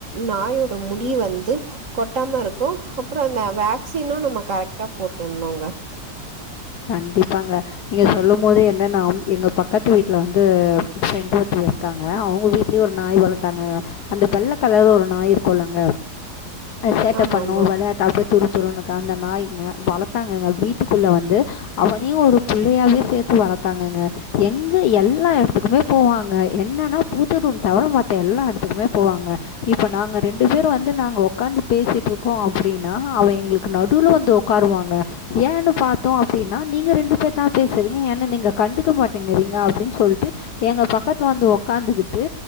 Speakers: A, on the right; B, on the left.
A: நாயோட முடி வந்து கொட்டாம இருக்கு அப்புறோ அந்த வேக்சினு நம்ம கரெக்டா போட்டுணுங்க
B: கண்டிப்பாங்க நீங்க சொல்லும் போது என்னனா எங்க பக்கத்து வீட்ல வந்து ஃப்ரெண்ட் ஒருத்தங்க க்காங்க அவுங்க வீட்லியு ஒரு நாய் வளத்தாங்கங்க அந்த வெள்ள கலர் ஒரு நாய் இருக்குலங்க சேட்ட
A: ஆமா
B: பண்ணு
A: ஆமா
B: வெளையாட்ட அப்டியே துரு துருன்னுக்கா அந்த நாய்ங்க வளர்த்தாங்கங்க வீட்டுக்குள்ள வந்து அவனயு ஒரு புள்ளையாவே சேத்து வளத்தாங்கங்க எங்க எல்லா எடத்துக்குமே போவாங்க என்னன்னா பூஜ ரூம் தவர மத்த எல்லா எடத்துக்குமே போவாங்க இப்ப நாங்க ரெண்டு பேரு வந்து நாங்க உக்காந்து பேசிட்டு இருக்கோ அப்டின்னா அவ எங்ளுக்கு நடுவுல வந்து உக் காருவாங்க ஏன்னு பாத் த்தோ அப்டின்னா நீங்க ரெண்டு பேர் தா பேசுறீ என்ன நீங்க கண்டுக்க மாட்டேங்குறீங்க அப்டின்னு சொல்ட்டு எங்க பக்கத்துல வந்து உக்காந்துகிட்டு